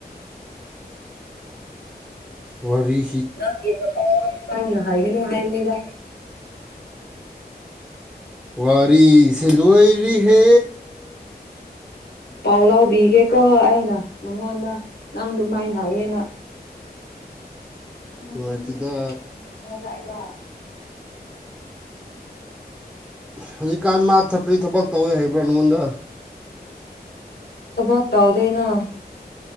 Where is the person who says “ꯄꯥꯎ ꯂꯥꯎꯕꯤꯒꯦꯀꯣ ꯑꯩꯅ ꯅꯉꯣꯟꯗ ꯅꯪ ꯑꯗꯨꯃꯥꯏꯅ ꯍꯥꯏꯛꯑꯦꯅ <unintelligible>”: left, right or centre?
Left